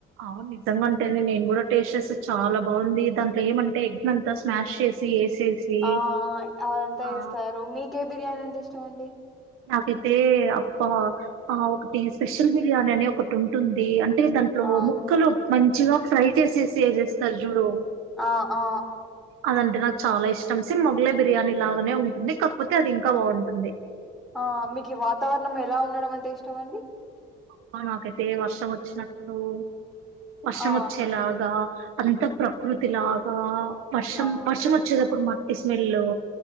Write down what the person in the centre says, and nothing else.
ఆ అవిఅంత్త
వెస్తారు మీకే బిర్యానీ అంటే ఇష్టంమండి
ఆ
ఆ ఆ
ఆ మీకు వాతావరణం ఎలా ఉండడం అంటే ఇష్టం అండి
ఆ
ఆ